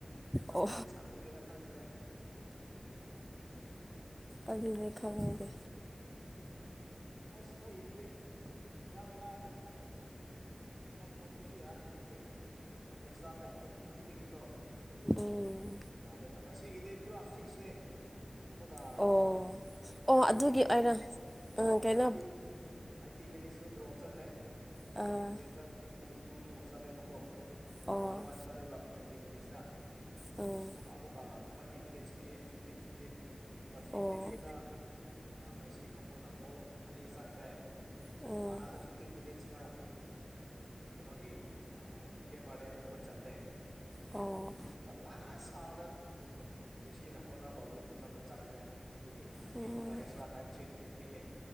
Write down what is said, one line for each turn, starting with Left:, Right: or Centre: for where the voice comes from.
Right: ꯃꯥ
Centre: ꯑꯣ
Right: ꯈꯨꯖꯤꯟ ꯁꯥꯡꯕꯨꯒꯤꯔ ꯈꯪꯗ꯭ꯔꯦ
Centre: ꯑꯗꯨꯅꯦ ꯈꯪꯗꯦ
Right: ꯑꯁ ꯃꯣꯢꯒꯤꯗꯨꯗꯤ ꯌꯥꯝ ꯂꯥꯢꯅ ꯉꯝꯕꯁꯨ ꯌꯥꯏ ꯑꯗꯨꯒꯤ ꯑꯦꯛꯁꯇ꯭ꯔꯥ ꯇꯥꯏꯝꯗꯣ ꯄꯤꯃꯟꯕꯤꯒꯤꯀꯣ
Centre: ꯎꯝ
Right: ꯌꯥꯗꯦꯕ ꯉꯁꯤꯒꯤꯗꯤ ꯄꯨꯔꯥ ꯐꯤꯛꯁꯅꯦ ꯑꯃꯨꯛꯀ
Centre: ꯑꯣ ꯑꯣ
Right: ꯅꯥꯏꯟꯇꯤ
Centre: ꯑꯗꯨꯒꯤ
Right: ꯃꯤꯅꯤꯠꯁ
Centre: ꯑꯣꯏꯔ
Right: ꯑ ꯅꯥꯏꯟꯇꯤ
Centre: ꯀꯩꯅꯣ
Right: ꯎꯝ ꯅꯥꯏꯟꯇꯤ ꯃꯤꯅꯤꯠꯁꯇꯨ ꯗ꯭ꯔꯣ ꯆꯠꯂꯦ
Centre: ꯑ
Right: ꯅꯥꯏꯟꯇꯤ ꯃꯤꯅꯤꯠꯁꯇ ꯇꯨ ꯇꯨ ꯇꯨ ꯆꯜꯂꯦꯕꯀꯣ
Centre: ꯑꯣ
Right: ꯋꯥꯟ ꯋꯥꯟ ꯆꯜꯂꯦꯕ ꯅꯥꯏꯟꯇꯤ ꯃꯤꯅꯤꯠꯁꯇ
Centre: ꯎꯝ
Right: ꯑꯃꯨꯛꯀ ꯑꯃꯨꯛꯀ ꯊꯥꯔꯇꯤ ꯃꯤꯅꯤꯠꯁ ꯄꯤꯌꯦ ꯐꯤꯞꯇꯤꯟ ꯐꯤꯞꯇꯤꯟ ꯑꯗꯨꯒ ꯐꯤꯐꯇꯤꯟꯗꯨꯗ
Centre: ꯑꯣ
Right: ꯃꯦꯁꯤ ꯀꯝꯄꯣꯅ ꯒꯣꯜ ꯑꯅꯤ ꯆꯪꯈ꯭ꯔꯦ ꯨ
Centre: ꯎꯝ
Right: ꯑꯃꯨꯛꯀ ꯑꯅꯥꯗꫪ ꯐꯤꯐꯇꯤꯟ ꯃꯤꯟꯠꯁꯇ ꯑ ꯀꯩꯅꯣꯒꯤ ꯑ ꯀꯦꯕꯥꯥꫪꯗꯦ ꯅꯃꯨꯛꯒ ꯆꯜꯂꯦ
Centre: ꯑꯣ
Right: ꯑꯃꯨꯛꯀ ꯂꯥꯁ ꯑꯥꫪꯗ ꯃꯦꯁꯤꯅ ꯀꯣꯟꫪ ꯀꯧꯕꯗꯨ ꯃꯇꯝꯗ ꯆꯪꯈ꯭ꯔꯦ ꯑꯗꯨꯒꯤ
Centre: ꯎꯝ
Right: ꯑꯃꯨꯛꯀ ꯑꯦꯛꯁꯇ꯭ꯔꯥ ꯇꯥꯏꯝ ꯊ꯭ꯔꯤ ꯃꯤꯅꯠꯁ ꯄꯤꯌꯦ